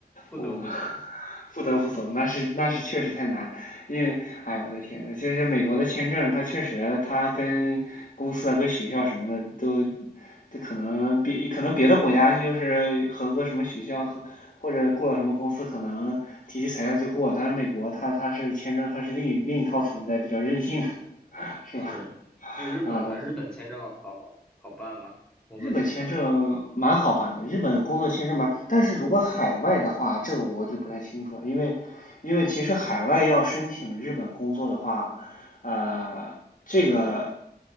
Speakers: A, in the centre; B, on the left.
A: 不得不走。
B: 嗯。<laughs> 不得不走，那是那是确实太难，因为哎呀，我的天呐，就是美国的签证，它确实它跟公司啊、跟学校什么的都，这可能别可能别的国家就是合格什么学校和或者过了什么公司，可能提起材料就过了，但是美国它它是签证，它是另一另一套存在，比较任性，<laughs> 是吧？
A: 是，那日本呢？
B: 啊，我
A: 日本签证好好办吗？工作签证
B: 日本签证蛮好办的，日本工作签证蛮，但是如果海外的话，这个我就不太清楚了，因为因为其实海外要申请日本工作的话，呃，这个